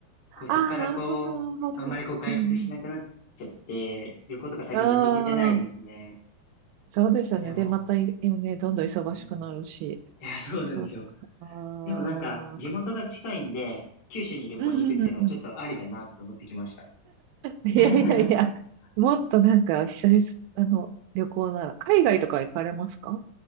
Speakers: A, on the left (about 35°); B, on the right (about 85°).
A: こうそこからこう、
B: ああ、なるほど、なるほど。
A: あんまりこう外出しなくなっちゃって、
B: うん
A: 旅行とか最近全然行けてないですね。
B: うん。ああ、そうですよね。
A: あ、でも、
B: で、また、い今ね、どんどん忙しくなるし。
A: うん。いや、そうなんですよ。
B: そうか。
A: でもなんか地元が近いんで、九州に旅行に行くっていうのはちょっとありだなって思ってきました。
B: うんうんうんうん。いやいやいや、
A: <laughs>
B: もっとなんか、久々、あの、旅行なら、海外とか行かれますか